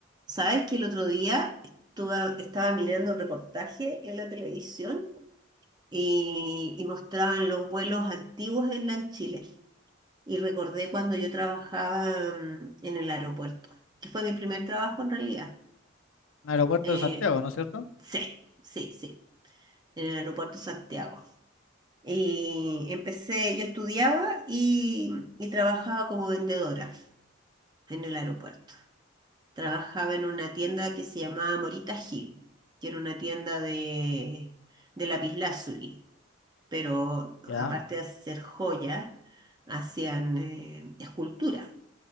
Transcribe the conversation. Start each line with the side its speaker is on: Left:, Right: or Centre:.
Right: ¿Sabes que el otro día estuve- estaba mirando un reportaje en la televisión y, y mostraban los vuelos antiguos en LAN Chile? Y recordé cuando yo trabajaba mm, en el aeropuerto, que fue mi primer trabajo en realidad.
Left: Un aeropuerto
Right: Eh,
Left: de Santiago, ¿no es cierto?
Right: sí, sí, sí, en el aeropuerto Santiago. Y empecé, yo estudiaba y, y trabajaba como vendedora en el aeropuerto. Trabajaba en una tienda que se llamaba Morita Gil, que era una tienda de, de lapislázuli, pero
Left: Ya,
Right: aparte de hacer joyas, hacían eh, escultura.